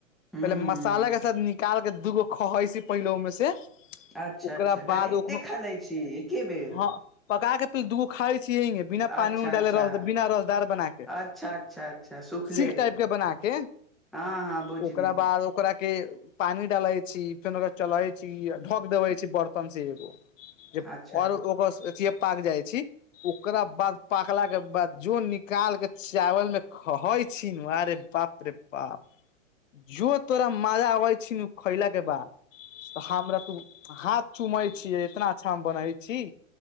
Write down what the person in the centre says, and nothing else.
हूँ
हूँ
अच्छा
अच्छा डायरेक्टे
खा लै छी एके बेर
अच्छा
अच्छा
अच्छा अच्छा अच्छा सुखले
हँ हँ बुझ
न
अच्छा